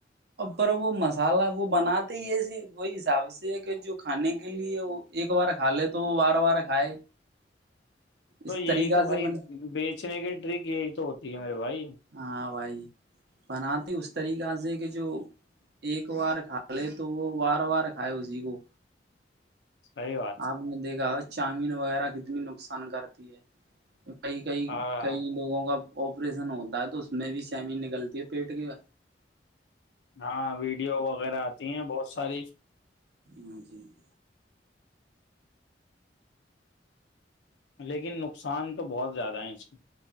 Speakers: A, on the right (about 65°); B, on the left (about 85°).
A: پر وہ مسالہ وہ بناتے ہی ایسے وہی حساب سے کہ جو کھانے کے لیے وہ ایک بار کھا لے تو وہ بار بار کھائے
B: تو
A: اس
B: یہی
A: طریقہ
B: تو بھائی
A: سے بنے
B: بیچنے کی ٹرک یہی تو ہوتی ہے میرے بھائی
A: ہاں بھائی بناتے اس طریقہ سے کہ جو ایک بار کھا لے تو وہ بار وار کھائے اسی کو
B: صحیح بات
A: آپ نے دیکھا ہو چامین وغیرہ کتنی نقصان کرتی ہے کئی کئی
B: ہاں
A: کئی لوگوں کا آپریشن ہوتا ہے تو اس میں بھی شیمی نکلتی ہے پیٹ کے
B: ہاں ویڈیو وغیرہ آتی ہیں بہت ساری
A: م جی <unintelligible>
B: لیکن نقصان تو بہت زیادہ ہیں اس کے